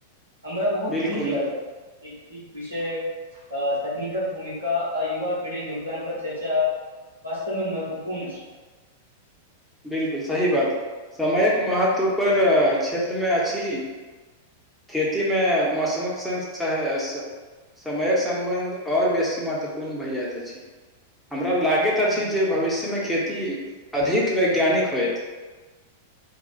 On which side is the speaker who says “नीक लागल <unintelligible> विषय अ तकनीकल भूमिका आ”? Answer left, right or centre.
Right